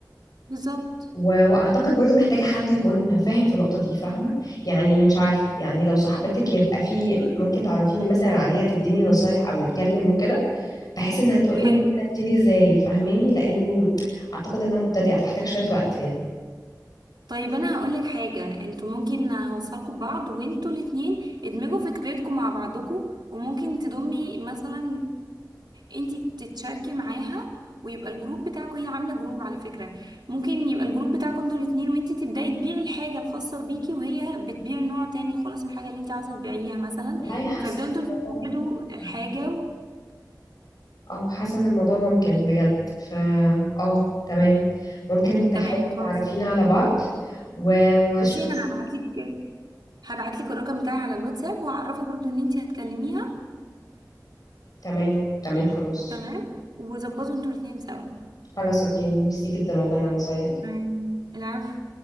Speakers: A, on the right; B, on the left.
A: بالظبط
B: و- واعتقد برضو محتاجة حد يكون فاهم في النقطة دي فاهمة يعني مش عارف يعني لو صاحبتك يبقى في ممكن تعرفيني مثلا عليها تديني نصايح او نتكلم وكده بحيث انها تقولي
A: حلو
B: ممكن ابتدي ازاي فاهماني لاني اعتقد ان انا مبتدئة فاحتاج شوية وقت يعني
A: طيب انا هقول لك حاجه انتوا ممكن هوصلكوا ببعض وانتوا الاتنين ادمجوا فكرتكم مع بعضكم وممكن تضمي مثلا انتي تتشاركي معاها ويبقى الجروب بتاعكوا هي عامله جروب على فكره ممكن يبقى الجروب بتاعكوا انتوا الاتنين وانتي تبداي تبيعي الحاجه الخاصه بيكي وهي بتبيع نوع تاني خالص من الحاجه اللي انتي عايزه تبيعيها مثلا
B: والله حاسة
A: فابداوا انتوا
B: إن
A: الاتنين
B: الموضوع ممكن
A: تجدوا
B: يبقى
A: الحاجه و...
B: اه حاسة ان الموضوع ممكن بجد فا اه تمام ممكن تحاولي
A: تمام خلاص
B: تعرفينا على بعض و- واشوف
A: بصي انا هبعتلك هبعتلك الرقم بتاعي على الواتساب وهعرفها برضو ان انتي هتكلميها
B: تمام تمام خلاص
A: تمام وظبطوا انتوا الاتنين سوا
B: خلاص اوكي ميرسي جدا والله على النصايح دي
A: تمام العفو